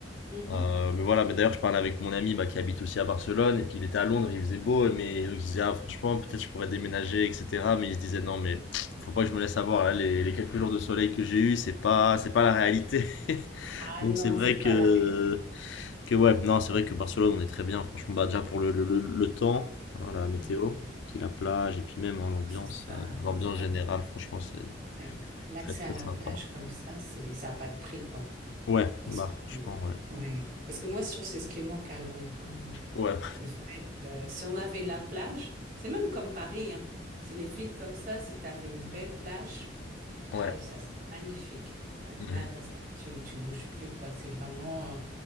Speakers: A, on the right (about 50°); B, on the left (about 75°).
A: Mhm.
B: Euh, mais voilà, mais d'ailleurs, je parlais avec mon ami bah, qui habite aussi à Barcelone, et puis il était à Londres, il faisait beau, mais donc, il disait, ah, franchement, peut-être je pourrais déménager, etc. Mais il se disait, non, mais faut pas que je me laisse avoir, là, les, les quelques jours de soleil que j'ai eu, c'est pas, c'est pas la réalité. <laughs>
A: Ah
B: Donc
A: non,
B: c'est vrai
A: c'est
B: que,
A: pas la réalité.
B: que ouais, non, c'est vrai que Barcelone, on est très bien, franchement, bah, déjà pour le, le, le, le temps, hein, la météo,
A: Oui,
B: puis la plage, et puis même hein, l'ambiance,
A: c'est ça,
B: euh, l'ambiance
A: c'est ça.
B: générale, franchement, c'est
A: Ouais. L'accès
B: très très
A: à la
B: sympa.
A: plage comme ça, c'est, ça n'a pas de prix, quoi.
B: Ouais,
A: Est-ce
B: bah, franchement,
A: que,
B: ouais.
A: ouais. Parce que moi, je trouve que c'est ce qui manque à Londres. hein.
B: Ouais,
A: Le fait, euh, si on avait la plage, c'est même comme Paris, hein. C'est les villes comme ça, si tu avais une belle plage,
B: ouais.
A: aïe, ça serait magnifique. Là,
B: Mhm.
A: là, dans ce cas-là, tu, tu bouges plus, quoi. C'est vraiment, euh,